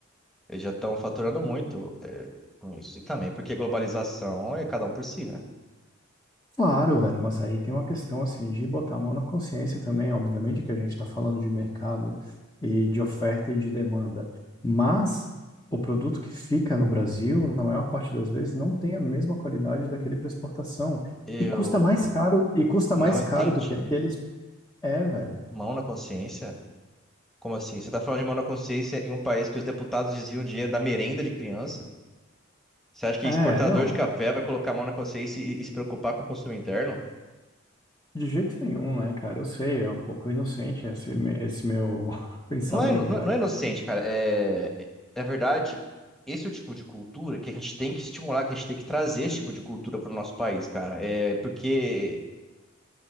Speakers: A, in the centre; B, on the left (about 15°).
A: Eles já estão faturando muito, é, com isso. E também porque globalização é cada um por si, né?
B: Claro, velho, mas aí tem uma questão assim de botar a mão na consciência também, obviamente que a gente está falando de mercado e de oferta e de demanda, mas o produto que fica no Brasil, na maior parte das vezes, não tem a mesma qualidade daquele para exportação
A: Eu
B: e custa mais caro e custa
A: não
B: mais
A: entendi.
B: caro do que aqueles é, velho.
A: Mão na consciência. Como assim? Você está falando de mão na consciência em um país que os deputados desviam dinheiro da merenda de criança? Você acha que
B: É,
A: exportador
B: não,
A: de café vai colocar a mão na consciência e, e se preocupar com o consumo interno?
B: de jeito nenhum, né, cara? Eu sei, é um pouco inocente esse, me- esse meu <laughs> pensamento,
A: Não é, ino- não,
B: velho.
A: é não é inocente, cara. É, é- na verdade, esse é o tipo de cultura que a gente tem que estimular, que a gente tem que trazer esse tipo de cultura para o nosso país, cara. É porque,